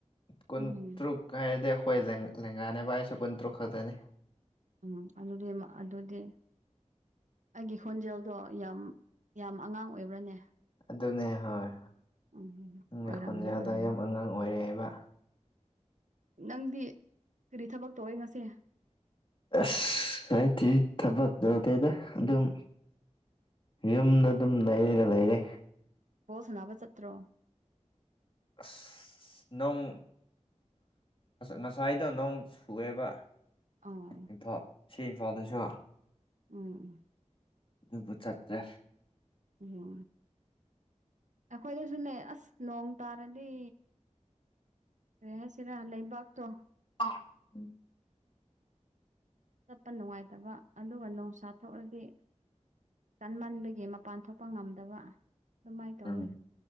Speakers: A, on the left; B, on the right.
A: ꯀꯨꯟꯇ꯭ꯔꯨꯛ
B: ꯎꯝ
A: ꯀꯥ ꯍꯥꯢꯗꯤ ꯑꯩꯈꯣꯏ ꯂꯦꯡꯒꯥꯅꯦꯕ ꯑꯩꯁꯨ ꯀꯨꯟꯇꯔꯨꯛ ꯈꯛꯇꯅꯤ
B: ꯎꯝ ꯑꯗꯨꯗꯤ ꯃꯥ ꯑꯗꯨꯗꯤ ꯑꯩꯒꯤ ꯈꯣꯟꯖꯦꯜꯗꯣ ꯌꯥꯝ ꯌꯥꯝ ꯑꯉꯥꯡ ꯑꯣꯏꯕ꯭ꯔꯅꯦ
A: ꯑꯗꯨꯅꯦ ꯍꯣꯏ
B: ꯎꯝ
A: ꯅꯪꯒꯤ
B: ꯑꯔꯝꯅꯦ
A: ꯈꯣꯟꯖꯦꯜꯗꯣ
B: ꯑꯔꯝꯅꯦ
A: ꯌꯥꯝ ꯑꯉꯥꯡ ꯑꯣꯏꯔꯦꯕ
B: ꯅꯪꯗꯤ ꯀꯔꯤ ꯊꯕꯛ ꯇꯧꯋꯦ ꯉꯁꯤ
A: ꯑꯁ ꯍꯥꯢꯗꯤ ꯊꯕꯛ ꯇꯧꯗꯦꯗ ꯑꯗꯨꯝ ꯌꯨꯝꯗ ꯑꯗꯨꯝ ꯅꯩꯔꯒ ꯂꯩꯔꯦ
B: ꯕꯣꯜ ꯁꯅꯥꯕ ꯆꯠꯇ꯭ꯔꯣ
A: ꯑꯁ ꯅꯣꯡ ꯉꯁꯥꯏꯗꯣ ꯅꯣꯡ ꯆꯨꯑꯦꯕ
B: ꯑꯥ
A: ꯏꯝꯐꯥꯜ ꯁꯤ ꯏꯝꯐꯥꯜꯗꯁꯨ
B: ꯎꯝ
A: ꯑꯗꯨꯕꯨ ꯆꯠꯇ꯭ꯔꯦ
B: ꯎꯝ ꯍꯣꯢ ꯑꯩꯈꯣꯏꯗꯁꯨꯅꯦ ꯑꯁ ꯅꯣꯡ ꯇꯥꯔꯗꯤ ꯀꯔꯤ ꯍꯥꯏꯁꯤꯔꯥ ꯂꯩꯕꯥꯛꯇꯣ
A: ꯎꯝ
B: ꯆꯠꯄ ꯅꯨꯡꯉꯥꯏꯇꯕ ꯑꯗꯨꯒ ꯅꯣꯡꯁꯥ ꯊꯣꯛꯑꯗꯤ ꯀꯟꯃꯟꯕꯒꯤ ꯃꯄꯥꯟ ꯊꯣꯛꯄ ꯉꯝꯗꯕ ꯑꯗꯨꯃꯥꯏꯅ ꯇꯧꯋꯦ
A: ꯎꯝ